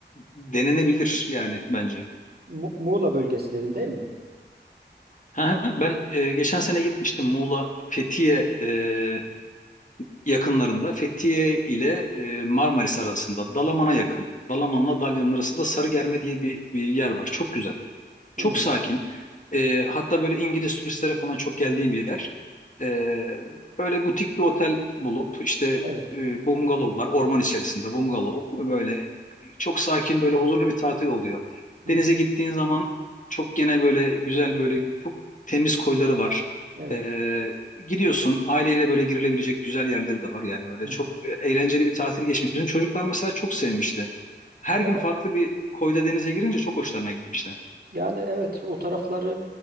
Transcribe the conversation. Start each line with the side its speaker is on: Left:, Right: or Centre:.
Left: denenebilir yani bence.
Right: Mu- Muğla bölgesi dedim değil mi?
Left: Ha, Ben e, geçen sene gitmiştim Muğla Fethiye e, yakınlarında. Fethiye ile e, Marmaris arasında Dalaman'a yakın. Dalaman'la Dalyan'ın arasında Sarıgerme diye bir, bir yer var. Çok güzel. Çok
Right: Hı.
Left: sakin. Ee, hatta böyle İngiliz turistlere falan çok geldiği bir yer. Ee, böyle butik bir otel bulup işte
Right: Evet.
Left: e, bungalovlar orman içerisinde bungalov böyle çok sakin böyle huzurlu bir tatil oluyor.
Right: Hı.
Left: Denize gittiğin zaman çok gene böyle güzel böyle çok temiz koyları var.
Right: Evet.
Left: Ee, gidiyorsun aileyle böyle girilebilecek güzel yerleri de var yani böyle
Right: Hı hı.
Left: çok e, eğlenceli bir tatil geçmiş. Bizim çocuklar mesela çok sevmişti. Her
Right: Ya,
Left: gün farklı bir koyda denize girince çok hoşlarına gitmişti.
Right: yani evet o tarafları